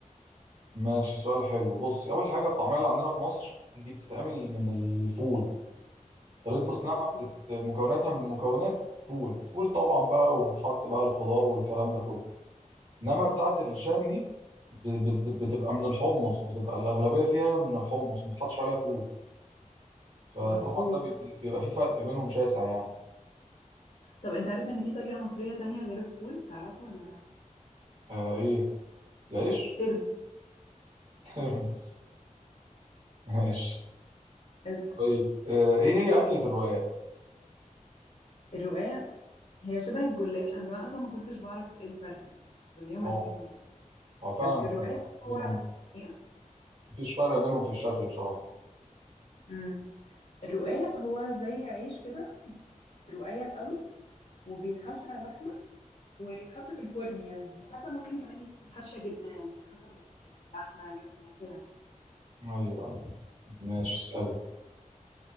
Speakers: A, on the right (about 55°); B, on the left (about 65°).
A: ماشي سؤال حلو بص اول حاجه الطعميه اللي عندنا في مصر دي بتتعمل من الفول طريقه
B: مظبوط
A: تصنيعها بتت... مكوناتها من مكونات فول فول طبعا بقى وبتحط بقى الخضار والكلام ده كله انما
B: مم.
A: بتاعه الشام دي بت- بت- بتبقى من الحمص بتبقى الاغلبيه فيها من الحمص ما بتحطش عليها فول فطبعا
B: مظبوط
A: ده بي- بي- بيبقى في فرق بينهم شاسع يعني
B: طب انت عارف ان في طريقة مصرية تانية غير الفول تعرفها ولا لا
A: آه ايه العيش
B: ترمس
A: <laughs> ترمس ماشي
B: اسأل
A: طيب آه ايه هي أكلة الرقاق
B: الرقاق هي شبه الجلاش انا زمان اصلا ما كنتش بعرف ايه الفرق يعني كنت بسميهم
A: اه
B: الاتنين جلاش
A: هو فعلا
B: بس الرقاق
A: فرق بينهم
B: هو ايه
A: مفيش فرق بينهم في الشكل بصراحة
B: امم الرقاق هو زي عيش كده رقيق قوي وبيتحشى لحمة ويتحط في الفرن يعني وحسب ممكن كمان يتحشى جبنة يعني حسب الأذواق لحمة جبنة كده يعني
A: ايوه ايوه ماشي اسأل